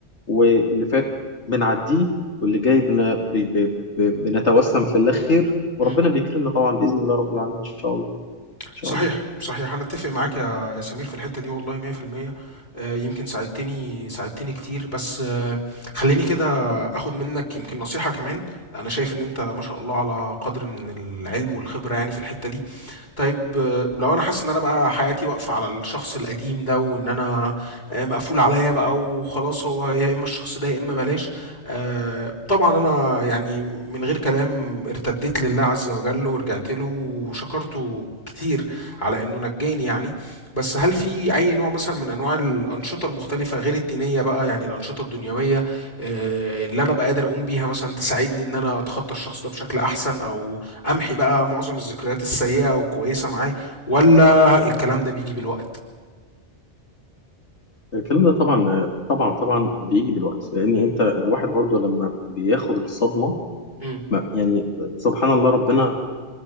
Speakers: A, on the left (about 75°); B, on the left (about 40°).
A: واللي فات بنعديه واللي جاي بن... ب... ب... ب... بنتوسم في الله خير وربنا
B: إمم.
A: بيكرمنا طبعا باذن الله رب العالمين ان شاء الله ان شاء
B: صحيح،
A: الله
B: صحيح، أنا أتّفق معاك يا يا سمير في الحتّة دي والله 100% آآ، يمكن ساعدتني ساعدتني كتير، بس آه، خلّيني كده آخُد منّك يمكن نصيحة كمان، أنا شايف إن أنت ما شاء الله على قدْر من العلم والخبرة يعني في الحتّة دي. طيب آه، لو انا حاسس ان انا بقى حياتي واقفه على الشخص القديم ده وان انا آه، مقفول عليا بقى وخلاص هو يا اما الشخص ده يا اما بلاش آه، طبعا انا يعني من غير كلام ارتديت لله عز وجل ورجعت له وشكرته كتير على انه نجاني يعني بس هل في اي نوع مثلا من انواع الانشطه المختلفه غير الدينيه بقى يعني الانشطه الدنيويه آه، اللي انا بقى قادر اقوم بيها مثلا تساعدني ان انا اتخطى الشخص ده بشكل احسن او امحي بقى معظم الذكريات السيئة والكويسة معاه ولا الكلام ده بيجي بالوقت
A: الكلام ده طبعا طبعا طبعا بيجي بالوقت لان انت الواحد برضو لما بياخد الصدمه
B: امم
A: ما- يعني سبحان الله ربنا